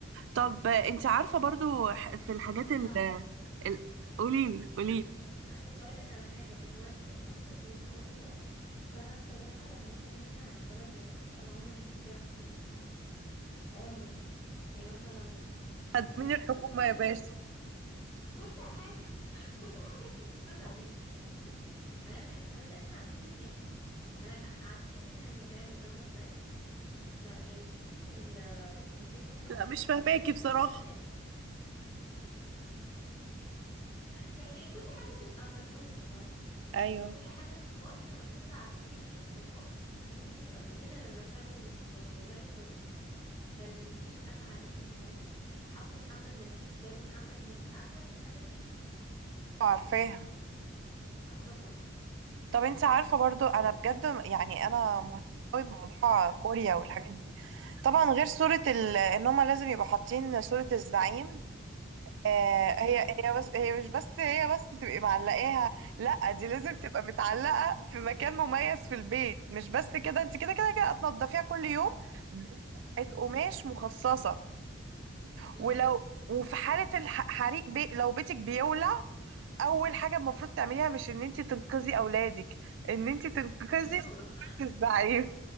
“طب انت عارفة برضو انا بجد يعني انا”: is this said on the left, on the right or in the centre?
Right